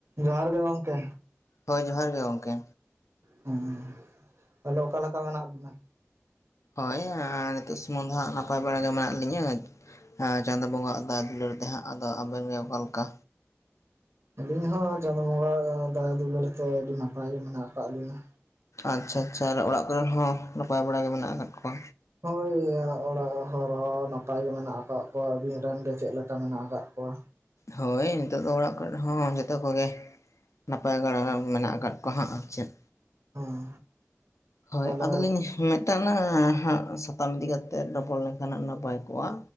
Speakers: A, on the right; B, on the left.
A: ᱡᱚᱦᱟᱨ ᱜᱮ ᱜᱚᱝᱠᱮ᱾
B: ᱦᱳᱭ ᱡᱚᱦᱟᱨ ᱜᱮ ᱜᱚᱢᱠᱮ᱾
A: ᱦᱮᱸ ᱛᱟᱦᱚᱞᱮ ᱚᱠᱟᱞᱮᱠᱟ ᱢᱮᱱᱟᱜ ᱵᱚᱱᱟ?
B: ᱦᱳᱭ ᱱᱤᱛᱚᱜ ᱥᱩᱢᱩᱝ ᱫᱚ ᱦᱟᱸᱜ ᱱᱟᱯᱟᱭ ᱵᱟᱲᱟ ᱜᱮ ᱢᱮᱱᱟᱜ ᱞᱤᱧᱟᱹ᱾ ᱦᱮᱸ ᱪᱟᱸᱫᱚ ᱵᱚᱸᱜᱟ ᱟᱜ ᱫᱟᱭᱟ ᱫᱩᱞᱟᱹᱲ ᱛᱮ ᱦᱟᱸᱜ, ᱟᱫᱚ ᱟᱵᱮᱱ ᱜᱮ ᱚᱠᱟ ᱞᱮᱠᱟ?
A: ᱟᱹᱞᱤᱧ ᱦᱚᱸ ᱪᱟᱸᱫᱳ ᱵᱚᱸᱜᱟ ᱫᱟᱭᱟ ᱫᱩᱞᱟᱹᱲ ᱛᱮ ᱟᱹᱰᱤ ᱱᱟᱯᱟᱭ ᱜᱮ ᱢᱮᱱᱟᱜ ᱠᱟᱜ ᱞᱤᱧᱟ᱾
B: ᱟᱪᱪᱷᱟ ᱟᱪᱪᱷᱟ ᱟᱨ ᱚᱲᱟᱜ ᱠᱚᱨᱮᱱ ᱦᱚᱸ ᱱᱟᱯᱟᱭ ᱵᱟᱲᱟ ᱜᱮ ᱢᱮᱱᱟᱜ ᱟᱠᱟᱫ ᱠᱚᱣᱟ?
A: ᱦᱳᱭ ᱚᱲᱟᱜ ᱦᱚᱲ ᱦᱚᱸ ᱱᱟᱯᱟᱭ ᱜᱮ ᱢᱮᱱᱟᱜ ᱟᱠᱟᱫ ᱠᱚᱣᱟ᱾ ᱟᱵᱤᱱ ᱨᱮᱱ ᱜᱮ ᱪᱮᱫ ᱞᱮᱠᱟ ᱢᱮᱱᱟᱜ ᱟᱠᱟᱫ ᱠᱚᱣᱟ?
B: ᱦᱳᱭ ᱱᱤᱛᱚᱜ ᱫᱚ ᱚᱲᱟᱜ ᱠᱚᱨᱮ ᱨᱮᱦᱚᱸ ᱡᱚᱛᱚ ᱠᱚᱜᱮ, ᱱᱟᱯᱟᱭ ᱵᱟᱲᱟ
A: ᱦᱳᱭ
B: ᱢᱮᱱᱟᱜ ᱟᱠᱟᱫ ᱠᱚᱣᱟ᱾ ᱠᱟᱜ ᱟᱨ ᱪᱮᱫ
A: ᱦᱮᱸ
B: ᱦᱳᱭ
A: ᱛᱟᱦᱞᱮ
B: ᱟᱫᱚᱞᱤᱧ ᱢᱮᱛᱟᱢᱟ ᱦᱟᱸᱜ ᱥᱟᱛᱟᱢ ᱤᱫᱤ ᱠᱟᱛᱮ ᱨᱚᱯᱚᱲ ᱞᱮᱱᱠᱷᱟᱱ ᱱᱟᱯᱟᱭ ᱠᱚᱜᱼᱟ,